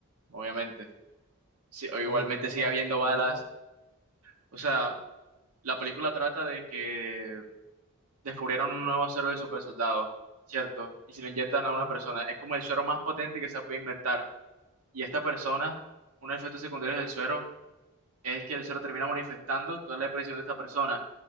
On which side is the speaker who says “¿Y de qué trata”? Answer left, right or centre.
Left